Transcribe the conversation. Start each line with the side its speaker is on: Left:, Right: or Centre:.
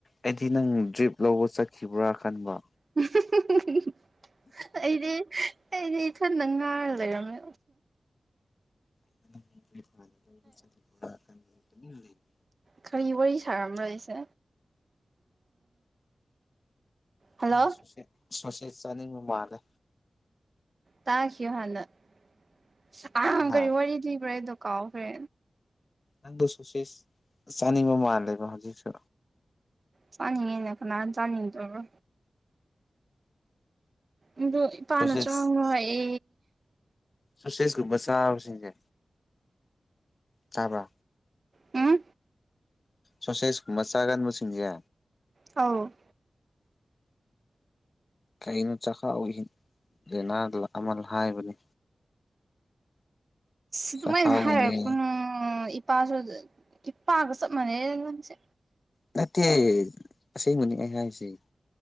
Left: ꯑꯩꯗꯤ ꯅꯪ ꯗ꯭ꯔꯤꯞ ꯂꯧꯕ ꯆꯠꯈꯤꯕ꯭ꯔꯥ ꯈꯟꯕ
Right: <unintelligible> ꯑꯩꯗꯤ ꯑꯩꯗꯤ ꯏꯊꯟꯗ ꯉꯥꯡ ꯂꯩꯔꯝꯃꯦ
Left: <unintelligible>
Right: ꯀꯔꯤ ꯋꯥꯔꯤ ꯁꯥꯔꯝꯕ꯭ꯔ ꯑꯩꯁꯦ ꯍꯜꯂꯣ
Left: ꯅꯪ ꯁꯨꯁꯦ ꯁꯣꯁꯦꯖ ꯆꯥꯅꯤꯡꯕ ꯃꯥꯜꯂꯦ
Right: ꯇꯥꯈꯤꯌꯣ ꯍꯥꯟꯅ <unintelligible>
Left: ꯍꯥ
Right: ꯀꯔꯤ ꯋꯥꯔꯤ ꯂꯤꯕ꯭ꯔꯥ ꯑꯩꯗꯣ ꯀꯥꯎꯈ꯭ꯔꯦ
Left: ꯅꯪꯗꯣ ꯁꯣꯁꯦꯖ ꯆꯥꯅꯤꯡꯕ ꯃꯥꯜꯂꯦꯕ ꯍꯧꯖꯤꯛꯁꯨ
Right: ꯆꯅꯤꯡꯉꯦꯅꯥ ꯀꯅꯥꯟ ꯆꯥꯅꯤꯡꯗꯕꯔ ꯑꯗꯨ ꯏꯄꯥꯥꯅ
Left: ꯁꯣꯁꯦꯁ
Right: ꯆꯥꯎꯅꯣ ꯑꯦ
Left: ꯁꯣꯁꯦꯖꯀꯨꯝꯕ ꯆꯥꯕꯁꯤꯡꯁꯦ ꯇꯥꯕ꯭ꯔ
Right: ꯎꯝ
Left: ꯁꯣꯁꯦꯁꯀꯨꯝꯕ ꯆꯥꯒꯟꯕꯁꯤꯡꯁꯦ
Right: ꯑꯧ
Left: ꯀꯩꯅꯣ ꯆꯥꯛꯈꯥꯎ ꯂꯩꯅꯥ ꯑꯃ ꯍꯥꯏꯕꯅꯤ ꯆꯈꯥꯎꯒꯤꯅꯦ
Right: ꯑꯗꯨꯃꯥꯏꯅ ꯍꯥꯏꯔꯛꯀꯅꯨ ꯏꯄꯥꯁꯨ ꯏꯄꯥꯒ ꯆꯞ ꯃꯥꯟꯅꯩꯗ ꯅꯪꯁꯦ
Left: ꯅꯠꯇꯦ ꯑꯁꯤꯡꯕꯅꯤ ꯑꯩ ꯍꯥꯏꯁꯤ